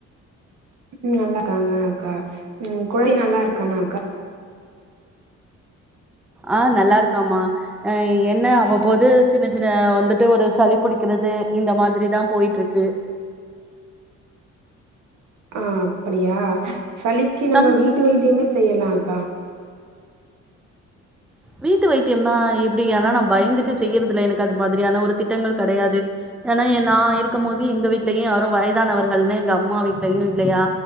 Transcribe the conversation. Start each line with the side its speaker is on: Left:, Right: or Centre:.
Right: உம் நல்லா இருக்காங்க அக்கா உம் குழந்தை நல்லா இருக்கானா அக்கா
Centre: ஆஹ நல்லா இருக்காமா அஹ என்ன அவ்வப்போது சின்ன சின்ன வந்துட்டு ஒரு சளி பிடிக்கிறது இந்த மாதிரிதான் போயிட்டு இருக்கு
Right: ஆஹ அப்படியா சளிக்கு நம்ம
Centre: சம
Right: வீட்டு வைத்தியமே செய்யலாம் அக்கா
Centre: வீட்டு வைத்தியம்னா எப்படி ஆனா நான் பயந்துட்டு செய்யறதுல எனக்கு அது மாதிரியான ஒரு திட்டங்கள் கிடையாது ஏன்னா நான் இருக்கும் போது எங்க வீட்லயும் யாரும் வயதானவர்கள்ன்னனு எங்க அம்மா வீட்லயு இல்லையா